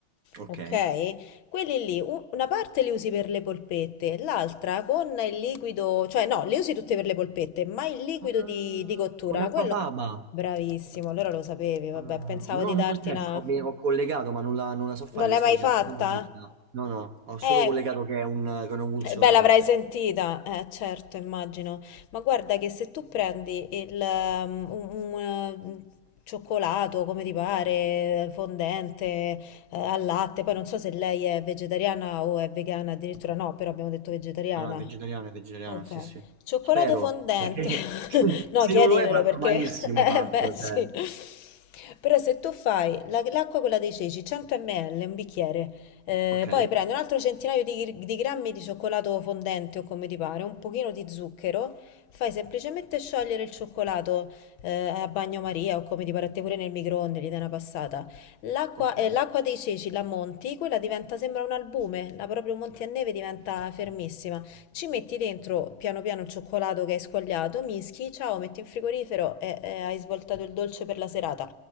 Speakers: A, on the right (about 55°); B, on the left (about 80°).
A: Ok.
B: ok, quelli lì, u- una parte li usi per le polpette, l'altra con il liquido, cioè no, li usi tutte per le polpette, ma il liquido
A: Ah,
B: di, di cottura,
A: con l'acquafaba.
B: quello... Bravissimo, allora lo sapevi, vabbè,
A: Ah,
B: pensavo
A: No,
B: di darti
A: non l'ho chiesto,
B: una...
A: ho, mi- ho collegato, ma non la, non la so fare
B: Non
A: questa
B: l'hai mai
A: ricetta.
B: fatta?
A: quindi no, no, no, ho solo
B: Eh,
A: collegato che è un, che è un emulsionante.
B: eh, beh, l'avrai sentita, eh, certo, immagino. Ma guarda che se tu prendi il, um, un, un, eh, cioccolato, come ti pare, fondente, eh, al latte, poi non so se lei è vegetariana o è vegana, addirittura no, però abbiamo detto vegetariana.
A: Ah, no, è vegetariana, è vegetariana,
B: Ok,
A: sì, sì.
B: cioccolato
A: Spero,
B: fondente.
A: perché
B: <laughs>
A: <laughs>
B: No,
A: se
B: chiediglielo
A: non lo è parto
B: perché,
A: malissimo,
B: <laughs> eh
A: parto,
B: beh sì.
A: cioè.
B: Però se tu fai la- l'acqua quella dei ceci, 100 ml, un bicchiere, eh,
A: Ok,
B: poi prendi un altro centinaio di, di grammi di cioccolato fondente o come ti pare, un pochino di zucchero, fai semplicemente sciogliere il cioccolato eh, a bagnomaria o come ti pare a te pure nel microonde, gli dai una passata. L'acqua
A: ok,
B: eh, l'acqua dei ceci la monti, quella diventa, sembra un albume, la proprio monti a neve diventa fermissima. Ci metti dentro piano piano il cioccolato che hai squagliato, mischi, ciao, metti in frigorifero e, e hai svoltato il dolce per la serata.